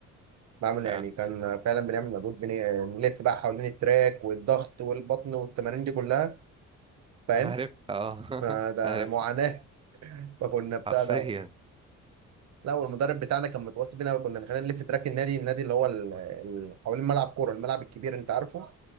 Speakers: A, on the right; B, on the right.
A: بعمل
B: فعلا
A: يعني كان فعلا بنعمل مجهود بن- بنلف بقى حوالين التراك والضغط والبطن والتمارين دي كلها فاهم
B: عارف اه <laughs>
A: ما ده
B: عارف
A: معاناة فكنا بتاع
B: حرفيا
A: ده لا والمدرب بتاعنا كان متوصي بينا وكنا بنخلينا نلف تراك النادي النادي اللي هو ال- ال- حوالين ملعب كورة الملعب الكبير انت عارفه